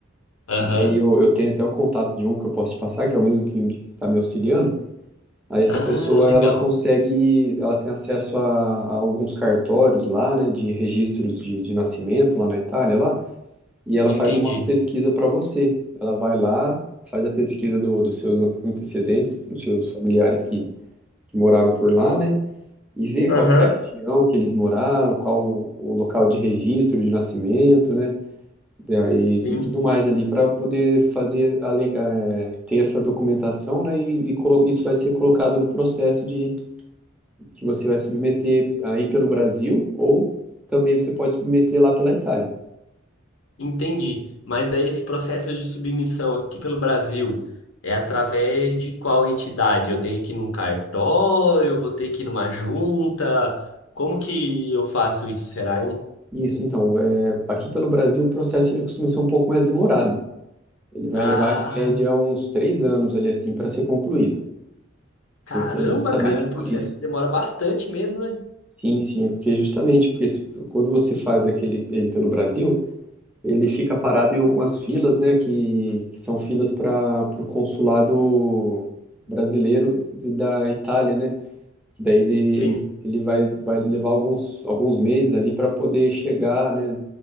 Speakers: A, on the left; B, in the centre.
A: Aham.
B: E daí eu, eu tenho até o contato de um que eu posso te passar, que é o mesmo que está me auxiliando. Aí essa
A: Ah,
B: pessoa,
A: legal.
B: ela consegue, ela tem acesso a, a alguns cartórios lá, né? De registros de, de nascimento lá na Itália, lá e ela
A: Entendi.
B: faz uma pesquisa para você. Ela vai lá, faz a pesquisa do, dos seus antecedentes, dos seus familiares que, que moraram por lá, né? E vê qual
A: Aham.
B: que é a região que eles moraram, qual o, o local de registro de nascimento, né? E, aí-
A: Sim.
B: e tudo mais ali para poder fazer a, le- eh, ter essa documentação, né? E, e colo- isso vai ser colocado no processo de que você vai submeter aí pelo Brasil ou também você pode submeter lá pela Itália.
A: Entendi. Mas daí esse processo de submissão aqui pelo Brasil é através de qual entidade? Eu tenho que ir num cartório, eu vou ter que ir numa junta. Como que eu faço isso, será, hein?
B: Isso, então, é, aqui pelo Brasil o processo ele costuma ser um pouco mais demorado. Ele vai
A: Ah,
B: levar, em média, uns três anos ali assim para ser concluído,
A: caramba,
B: porque é justamente
A: cara, é um processo
B: por isso.
A: que demora bastante mesmo, né?
B: Sim, sim, é porque é justamente porque se- quando você faz aquele ele pelo Brasil, ele fica parado em algumas filas, né, que, que são filas para o consulado brasileiro e da Itália, né? Que daí ele,
A: Sim,
B: ele, ele vai, vai levar alguns, alguns meses ali para poder chegar, né?